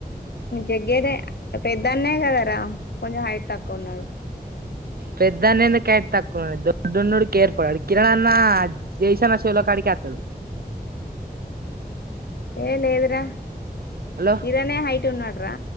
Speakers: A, on the left; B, on the right.
A: తగ్గేది పెద్దన్నయ కదరా కొంచెం హైట్ తక్కువ ఉన్నాడు
B: పెద్దనింద కేట్ తక్కువ దడ్డున్నడికి ఏర్పడాడు కిరణాన్న జైసన్న చెవుల కాడికి అతాడు
A: ఏ లే లేదరా
B: హలో
A: కిరణే హైట్ ఉంన్నాడరా